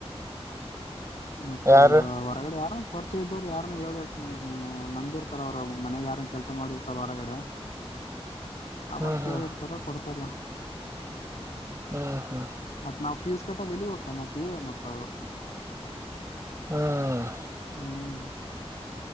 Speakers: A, on the right; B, on the left.
A: <inaudible>
B: ಮತ್ತ
A: ಯಾರು
B: ಹೊರಗಡೆ ಯಾರು ಪರಿಚಯ ಇದ್ದವರು ಯಾರ ಹೇಳಿರ್ತನ್ನ. ನಂಬಿರ್ತಾರ ಅವರು ಮನೆಗ್ ಯಾರಂನ್ ಕೆಲ್ಸ ಮಾಡಿರ್ತಾರ ಹೊರಗಡೆ. ಅಮೊಂಟ್
A: ಹ್ಮ್ ಹ್ಮ್
B: ಕೇಳಿರ್ತಾರ ಕೊಡ್ತಾರ.
A: ಹ್ಮ್, ಹ್ಮ್
B: ಮತ್ ನಾವ್ ಫೀಸ್ ಕಟ್ಟೋದ ಎಲ್ಲಿಗಿ ಹೋಗ್ತವ್ ಮತ್ತ ಇವೆ ಮತ್ತ ಅವ.
A: ಹ್ಮ್.
B: ಹ್ಮ್.